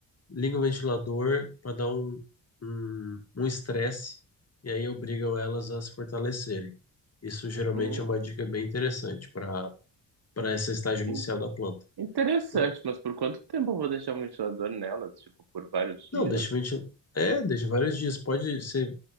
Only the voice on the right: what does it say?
Hum,
In-
Interessante,
mas por quanto tempo eu vou deixar um ventilador nelas? Tipo, por vários dias?